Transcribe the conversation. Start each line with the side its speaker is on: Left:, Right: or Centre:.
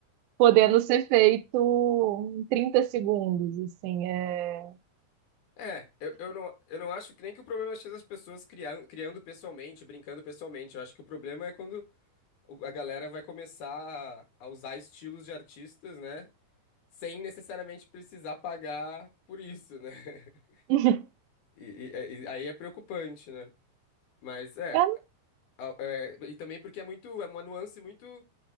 Right: podendo ser feito em 30 segundos, assim. É...
Left: É, eu, eu não, eu não acho que nem que o problema seja as pessoas criando, criando pessoalmente, brincando pessoalmente. Eu acho que o problema é quando o- a galera vai começar a usar estilos de artistas, né? Sem necessariamente precisar pagar por isso, né? <laughs>
Right: <laughs>
Left: E, e- é, e aí é preocupante, né? Mas é,
Right: É,
Left: a- é, e também porque é muito, é uma nuance muito,